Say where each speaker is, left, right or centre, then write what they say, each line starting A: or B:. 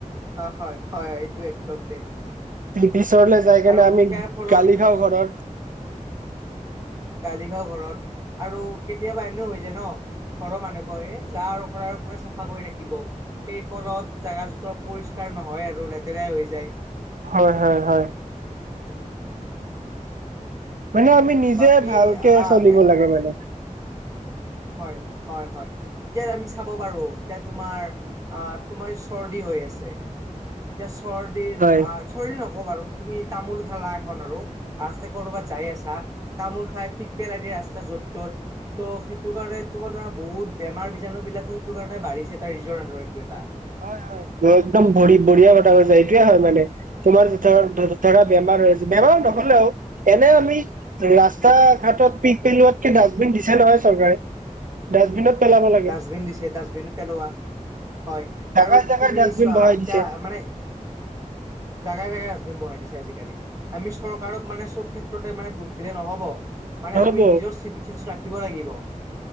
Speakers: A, on the right; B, on the right.
A: অ হয় হয় হয় এইটো একদম দেই
B: ব্ৰিটিছৰলে যায় কাৰনে
A: আৰু
B: আমি
A: সেয়াৰ ফলত
B: গালি খাওঁ ঘৰৰ
A: গালি খাও ঘৰত আৰু কেতিয়াবা এনেও হৈ যায় ন ঘৰৰ মানুহ কয় এই যা আৰু শৰাই আৰু কোনে চাফা কৰি থাকিব সেই ফলত জোগা জোতৰ পৰিষ্কাৰ নহয় আৰু লেতেৰাই হৈ যায়
B: হয় হয় হয় মানে আমি নিজে
A: বাকী
B: ভালকে
A: আহ
B: চলিব লাগে মানে
A: হয় হয় হয় এতিয়া আমি চাব পাৰো এতিয়া তোমাৰ আহ তোমাৰ চৰ্দি হৈ আছে মই শ্বৰ্ডে
B: হয়
A: আৰ্ট নকবা বাৰু তুমি তামোল খালা এখন আৰু ৰাতে কৰবাত যাই আছা তামোল খাই পিক পেলাই দি ৰাস্তা য'ত ত'ত চ সেই সেইটো কাৰণে তো মানে বহুত বেমাৰ বীজণু বিলাকো সেইটো কাৰণে বাঢ়িছে তাৰ ৰিজন্ট এইটো এটা
B: হয় হয় একদম ভৰি বঢ়িয়া কথা হৈছে এইটোয়ে হয় মানে তোমাৰ য ধৰা বেমাৰ
A: উম
B: হৈ আছে বেমাৰ নহলেও এনে আমি ৰাস্তা
A: উম।
B: ঘাটত পিক পেলোৱাতকে ডাষ্টবিন দিছে নহয় চৰকাৰে ডাষ্টবিনত পেলাব লাগে
A: ডাষ্টবিন দিছে ডাষ্টবিন পেলোৱা হয়
B: জাগাই
A: আৰু
B: জাগাই
A: তুমি
B: ডাষ্টবিন
A: চোৱা
B: বহাই
A: এতিয়া
B: দিছে
A: মানে জাগাই জাগাই ডাষ্টবিন বহাই দিছে আজিকালি আমি চৰকাৰক মানে চব ক্ষেত্ৰতে মানে দুখ দিলে নহব মানে
B: নহ'ব
A: আমি নিজৰ বিশষ্ট ৰাখিব লাগিব